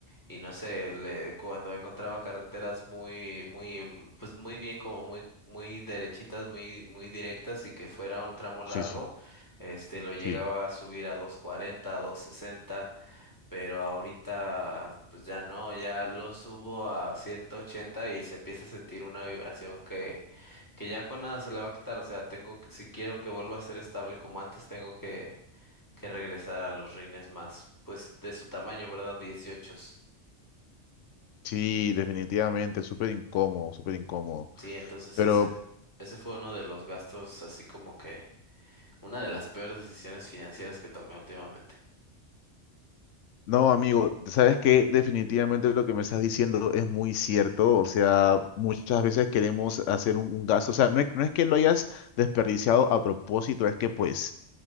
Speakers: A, on the left; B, on the left.
A: y no sé, le, cuando encontraba carreteras muy, muy, mm, pues muy bien, como muy, muy derechitas, muy, muy directas y que fuera un tramo largo,
B: sí, sí,
A: este, lo llegaba
B: sí.
A: a subir a 240, a 260 pero ahorita pues ya no, ya lo subo a 180 y se empieza a sentir una vibración que, que ya con nada se le va a quitar, o sea, tengo que, si quiero que vuelva a ser estable como antes, tengo que, que regresar a los rines más, pues de su tamaño, ¿verdad? dieciocho
B: Sí, definitivamente, súper incómodo, súper incómodo.
A: Sí, entonces
B: Pero
A: ese, ese fue uno de los gastos, así como que una de las peores decisiones financieras que tomé últimamente.
B: no, amigo, ¿sabes qué? Definitivamente lo que me estás diciendo es muy cierto. O sea, muchas veces queremos hacer un, un gasto. O sea, no es, no es que lo hayas desperdiciado a propósito, es que pues